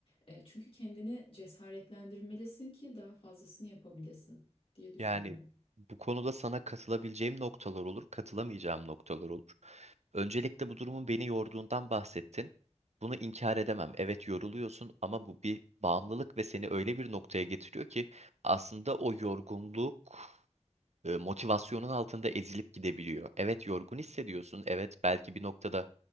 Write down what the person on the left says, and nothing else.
E, çünkü kendini cesaretlendirmelisin ki daha fazlasını yapabilesin diye düşünüyorum.